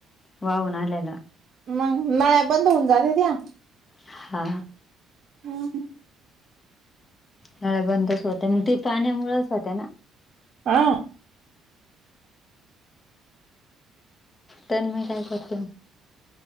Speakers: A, on the left; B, on the right.
A: वाहून आल्याला
B: मंग नळ्या बंद होऊन जातत्या.
A: हा
B: <unintelligible>
A: नळ्या बंदच होत्या मंग ते पाण्यामुळच होत्या ना.
B: हा
A: तन्मय काय करतोय?